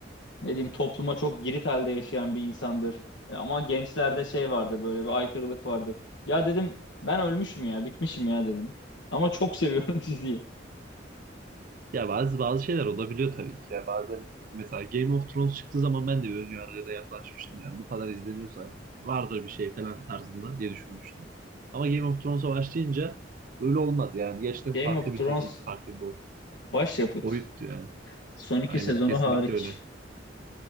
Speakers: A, on the left; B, on the right.
A: ne diyeyim topluma çok girit halde yaşayan bir insandır. E, Ama gençlerde şey vardır böyle bir aykırılık vardır. Ya dedim ben ölmüşüm ya bitmişim ya dedim. Ama çok seviyorum <laughs> diziyi.
B: Ya bazı bazı şeyler olabiliyor tabii ki ya bazen mesela Game of Thrones çıktığı zaman ben de bir önyargıyla da yaklaşmıştım yani bu kadar izleniyorsa vardır bir şey falan tarzında diye düşünmüştüm. Ama Game of Thrones'a başlayınca öyle olmadı yani gerçekten
A: Game
B: farklı
A: of Thrones
B: bir diziydi farklı bir boy-
A: başyapıt.
B: boyuttu yani.
A: Son iki
B: Aynen
A: sezonu
B: kesinlikle
A: hariç.
B: öyle.